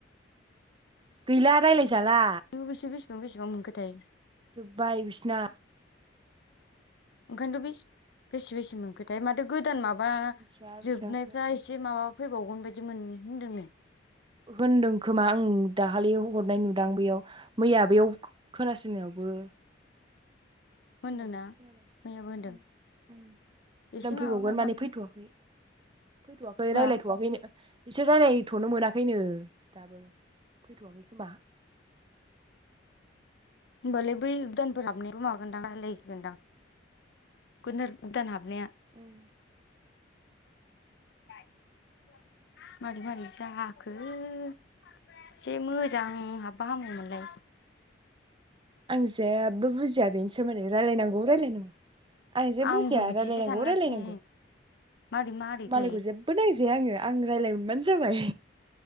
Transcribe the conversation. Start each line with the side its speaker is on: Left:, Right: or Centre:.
Right: गैला रायलायजाला
Left: बेसेबां बेसेबां बेसेबां मोनखोथाय
Right: जोब्बाय बिसिना
Left: ओंखायनोथ' बे बेसे बेसे मोनखो ओमफ्राय माथो गोदान माबा
Right: मिथिया बेसेबां
Left: जोबनायफ्रा
Right: बेसेबां
Left: एसे माबा फैबावगोन बायदि मोन होनदोंनो
Right: होनदों खोमा ओं दाखालि हरनाय नुदां बेयाव मैया बेयाव खोनासंनायावबो
Left: होनदोंना
Right: होननाय बादि खोनादों
Left: मैयाबो होनदों
Right: उम उम गोदान
Left: एसे
Right: फैबावगोन
Left: माबागोनदां
Right: माने फैथ'वाखै फैथ'वाखै
Left: हो
Right: रायलायथ'वाखैनो बिसोर रायलायथ'नो मोनाखैनो दाबो फैथ'वाखै खोमा <unintelligible>
Left: ओमबालाय बै दानफोराबनिबो मागोन दां लागोनदां रायलायसिगोनदां ग <inaudible> <unintelligible> गोदान हाबनाया
Right: उम
Left: <inaudible> मारि मारि जाखो <inaudible> एसे मोजां हाबबा हामगोमोनलाय
Right: आं जेबो बुजिया बेनो सोमोन्दै रायजलायनांगौ रायलायनांगौ आं जे
Left: आंबो
Right: बुजिया
Left: बिदिसो
Right: रायलायनांगौ
Left: सानगासिनो
Right: रायलायनांगौ
Left: मारै मारैथाय
Right: मालायखौ जेबो नायजा जे आङो आङो रायज्लायनो मोनबानो जाबाय